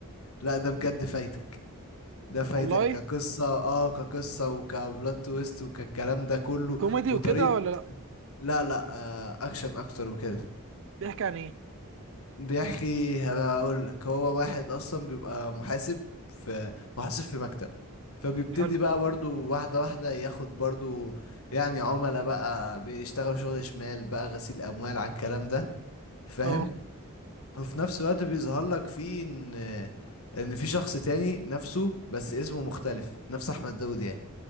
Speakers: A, on the left; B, on the right.
A: لا ده بجد فايتك ده فايتك
B: والله
A: كقصة اه كقصة وكبلوت تويست وكالكلام ده كله
B: كوميدي
A: وطريقة
B: وكده ولا لا
A: لا لا آه اكشن اكتر وكده
B: بيحكي عن ايه
A: بيحكي هقول لك هو واحد اصلا بيبقى محاسب في محاسب في مكتب فبيبتدي
B: حلو
A: بقى برضو واحدة واحدة ياخد برضو يعني عملاء بقى بيشتغل شغل شمال بقى غسيل اموال على الكلام ده فاهم
B: اه
A: وفي نفس الوقت بيظهر لك فيه ان ان في شخص تاني نفسه بس اسمه مختلف نفس احمد داود يعني